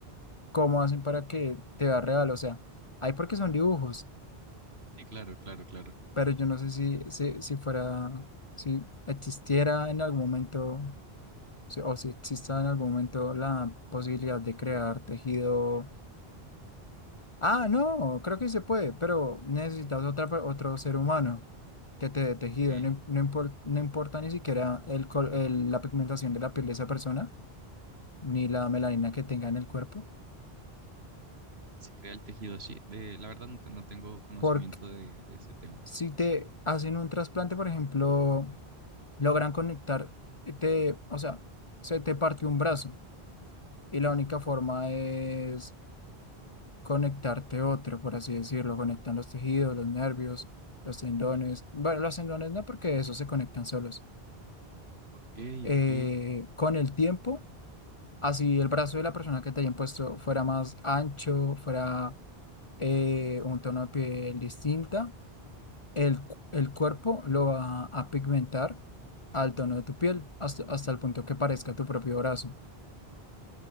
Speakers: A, on the left; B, on the right.
A: cómo hacen para que te vea real. O sea, hay porque son dibujos,
B: Sí, claro, claro, claro.
A: pero yo no sé si, si, si fuera, si existiera en algún momento, si- o si exista en algún momento la posibilidad de crear tejido. Ah, no, creo que se puede, pero necesitas otra, per- otro ser humano que te dé tejido.
B: Ok.
A: No, im- no impor- no importa ni siquiera el, col- el- la pigmentación de la piel de esa persona, ni la melanina que tenga en el cuerpo.
B: Y se crea el tejido así. De, la verdad no, te- no tengo conocimiento
A: Porque
B: de, de ese tema.
A: si te hacen un trasplante, por ejemplo, logran conectar, eh, te, o sea, se te partió un brazo y la única forma es conectarte otro, por así decirlo. Conectan los tejidos, los nervios, los tendones. Bueno, los tendones no, porque esos se conectan solos
B: Ok,
A: eh,
B: ok.
A: con el tiempo, así el brazo de la persona que te hayan puesto fuera más ancho, fuera eh, un tono de piel distinta, el, cu- el cuerpo lo va a pigmentar al tono de tu piel, hasta, hasta el punto que parezca tu propio brazo. <laughs>